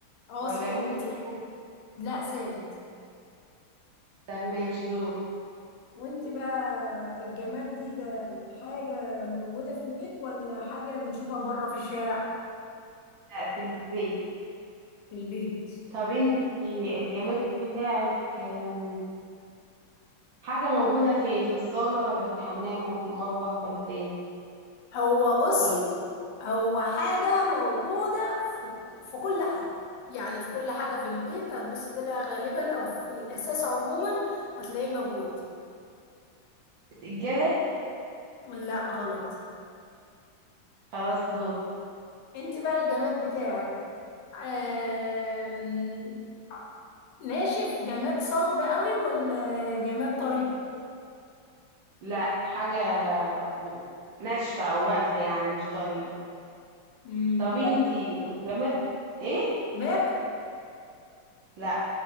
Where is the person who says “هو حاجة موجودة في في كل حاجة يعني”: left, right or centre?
Left